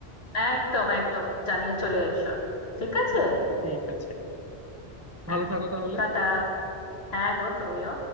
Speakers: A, on the left; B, on the right.
A: একদম একদম জানিয়ে চলে এসো ঠিক আছে
B: ঠিক আছে
A: হ্যাঁ
B: ভালো থাকো তাহলে
A: টাটা হ্যাঁ গো তুমিও